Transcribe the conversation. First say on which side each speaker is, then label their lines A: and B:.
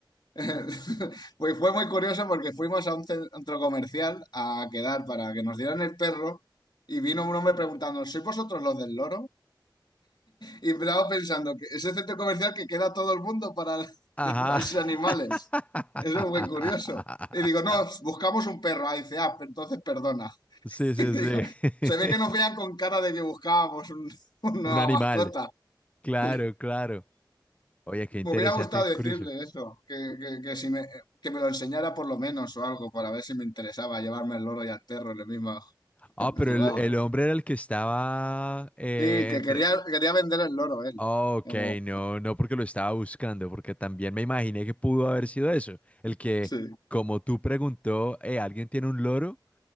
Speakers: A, on the left; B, on the left.
A: <laughs> pues fue muy curioso porque fuimos a un centro comercial a quedar para que nos dieran el perro y vino un hombre preguntando, ¿sois vosotros los del loro? Y Bravo pensando que ese centro comercial que queda todo el mundo para <laughs>
B: ajá.
A: darse animales.
B: <laughs>
A: Eso es muy curioso. Y digo, no, buscamos un perro. Ah, dice, ah, entonces perdona. <laughs>
B: Sí, sí,
A: Y digo,
B: sí. <laughs>
A: se ve que nos vean con cara de que buscábamos un- <laughs> una nueva
B: Un animal,
A: mascota.
B: claro,
A: Sí.
B: claro. Oye, qué interesante
A: Me hubiera gustado
B: el
A: decirle
B: cruce.
A: eso, que, que- que si me, que me lo enseñara por lo menos o algo, para ver si me interesaba llevarme el loro y al perro en la misma
B: Ah,
A: No,
B: pero
A: jugada.
B: el, el hombre era el que estaba eh,
A: Sí, que
B: entre...
A: quería, quería vender el loro él.
B: ah, ok,
A: Como-
B: no, no porque lo estaba buscando, porque también me imaginé que pudo haber sido eso. El que,
A: sí.
B: como tú preguntó, eh, ¿alguien tiene un loro?